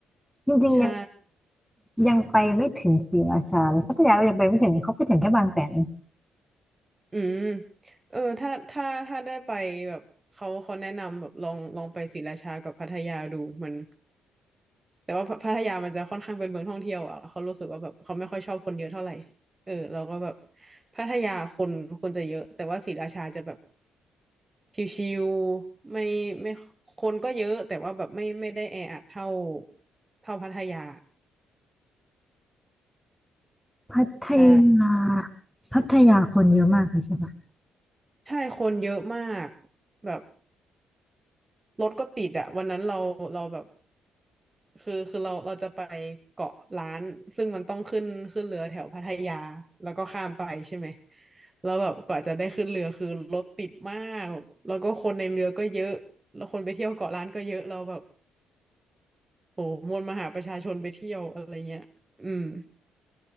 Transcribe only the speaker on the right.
ใช่
อืมเออถ้าถ้าถ้าได้ไปแบบเขาเขาแนะนำแบบลองลองไปศรีราชากับพัทยาดูมันแต่ว่าพัพัทยามันจะค่อนข้างเป็นเมืองท่องเที่ยวอ่ะเขารู้สึกว่าแบบเขาไม่ค่อยชอบคนเยอะเท่าไหร่เออเราก็แบบพัทยาคนคนจะเยอะแต่ว่าศรีราชาจะแบบชิวๆไม่ไม่คนก็เยอะแต่ว่าแบบไม่ไม่ได้แออัดเท่าเท่าพัทยา
ใช่
ใช่คนเยอะมากแบบรถก็ติดอะวันนั้นเราเราแบบ คือคือเราเราจะไปเกาะล้านซึ่งมันต้องขึ้นขึ้นเรือแถวพัทยาแล้วก็ข้ามไปใช่ไหมแล้วแบบกว่าจะได้ขึ้นเรือคือรถติดมากแล้วก็คนในเรือก็เยอะแล้วคนไปเที่ยวเกาะล้านก็เยอะเราแบบโหมวลมหาประชาชนไปเที่ยวอะไรเงี้ยอืม